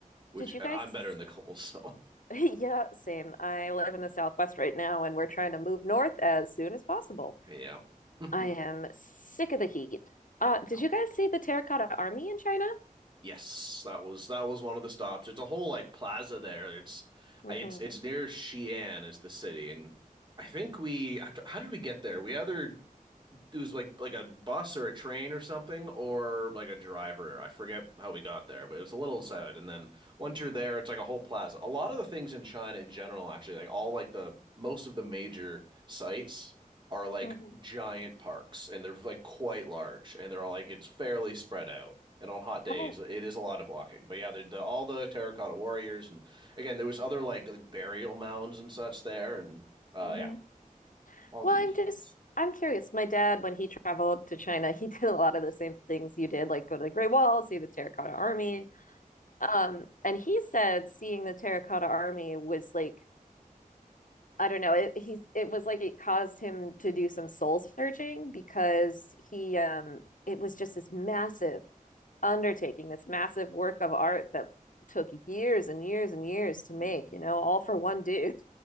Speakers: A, on the right; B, on the left.
A: Which
B: Did you
A: and
B: guys
A: I'm better in the <laughs> cold, so
B: <laughs> Yeah, same. I live in the Southwest right now, and we're trying to move north as soon as possible.
A: yeah. <laughs>
B: I am sick of the heat. Uh, did
A: Yeah.
B: you guys see the Terracotta Army in China?
A: Yes, that was that was one of the stops. It's a whole like plaza there. It's
B: Mm-hmm.
A: it's it's near Xi'an is the city, and I think we how did we get there? We either it was like like a bus or a train or something or like a driver. I forget how we got there, but it was a little sad. And then once you're there, it's like a whole plaza. A lot of the things in China in general, actually, like all like the most of the major sites are like
B: Mm-hmm.
A: giant parks and they're like quite large and they're all like it's fairly spread out. And on hot days,
B: Oh,
A: it is a lot of walking. But yeah, the, the all the terracotta warriors and again, there was other like, like burial mounds and such there and uh
B: mm-hmm.
A: yeah, all
B: Well,
A: the
B: I'm
A: usuals.
B: just, I'm curious. My dad, when he traveled to China, <laughs> he did a lot of the same things you did, like go to the Great Wall, see the Terracotta Army. Um, and he said seeing the Terracotta Army was like I don't know. It he's it was like it caused him to do some soul searching because he um it was just this massive undertaking, this massive work of art that took years and years and years to make,
A: Mhm.
B: you know, all for one dude.